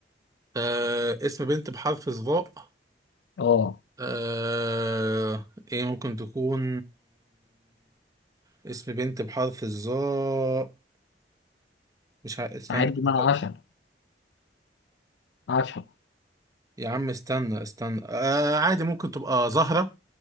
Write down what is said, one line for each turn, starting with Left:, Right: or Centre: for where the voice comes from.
Right: آه اسم بنت بحرف الظاء
Left: أه
Right: آه... ايه ممكن تكون اسم بنت بحرف الظاء مش ه... استنى
Left: عد من
Right: هفكر.
Left: عشرة عشرة
Right: يا عم استنى استنى آه عادي ممكن تبقى زهرة